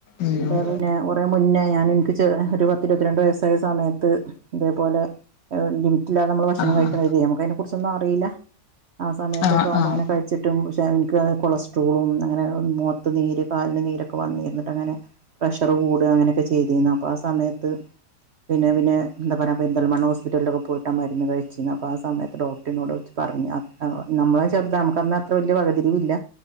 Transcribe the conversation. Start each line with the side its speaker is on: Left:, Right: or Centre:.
Left: ഉം
Right: എന്താ പറ കുറെ മുന്നേ ഞൻ എനിക്ക് ഒരു പത്തിരുപത്തിരണ്ട് വയസ്സായ സമയ ത്ത് ഇതേപോലെ ലിമിറ്റില്ലാതെ നമ്മള് ഭക്ഷണം
Left: ആഹ്
Right: കഴിക്കണേ നമുക്ക് അതിനെ കുറിച്ചൊന്നും അറില. ആ സമയത്തൊക്കാവുമ്പോ
Left: ആഹ് ആഹ്
Right: ആകുമ്പോ ഇങ്ങനെ കഴി ച്ചിട്ടും പക്ഷേ അതെനിക്ക് കൊളസ്ട്രോളും, അങ്ങനെ മോത്ത് നീര്, കാൽന് നീരൊക്കെ വന്ന് കഴിഞ്ഞിട്ട് അങ്ങനെ. പ്രഷർ കൂടുക അങ്ങനെക്കെ ചെയ്തീന്ന്. അപ്പോ.. ആ സമയത്ത്. പിന്നെ പിന്നെ എന്താ പറയാ പെരിന്തൽമണ്ണ ഹോസ്പിറ്റലിലക്കെ പോയിട്ടാണ് മരുന്ന് കഴിച്ചിന്ന് അപ്പോം ആ സമയത്ത് ഡോക്ടറിന്നോട് ചോ പറഞ്ഞ നമ്മളെ ചെറുത നമുക്ക് അത്ര വലിയ വകതിരിവ ഇല്ല.